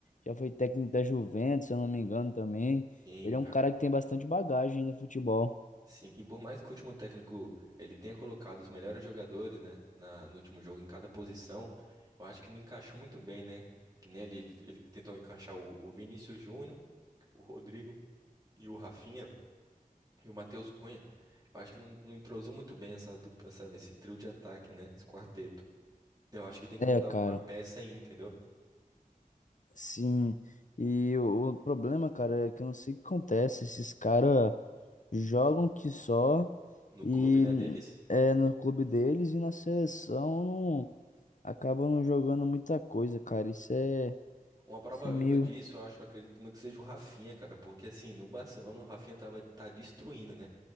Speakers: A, on the left; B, on the right.
A: já foi técnico da Juventus, se eu não me engano também.
B: hein,
A: Ele é
B: cara.
A: um cara que tem bastante bagagem no futebol.
B: Sim, e por mais que o último técnico ele tenha colocado os melhores jogadores, né, na, no último jogo em cada posição, eu acho que não encaixou muito bem, né? Que nem ele, ele tentou encaixar o, o Vinícius Júnior, o Rodrigo e o Rafinha e o Matheus Cunha. Eu acho que não, não entrosou muito bem essa, dupla- essa esse trio de ataque, né? Esse quarteto. Então, Eu acho que tem que
A: É,
B: mudar
A: cara.
B: alguma peça aí, entendeu?
A: Sim, e o, o problema, cara, é que eu não sei o que acontece. Esses caras jogam que só
B: No
A: e
B: clube, né,
A: n-
B: deles.
A: é no clube deles e na seleção não- acabam não jogando muita coisa, cara. Isso é,
B: Uma prova
A: isso é
B: viva
A: meio.
B: disso, eu acho, eu acredito muito que seja o Rafinha, cara, porque assim, no Barcelona o Rafinha tava, tá destruindo, né?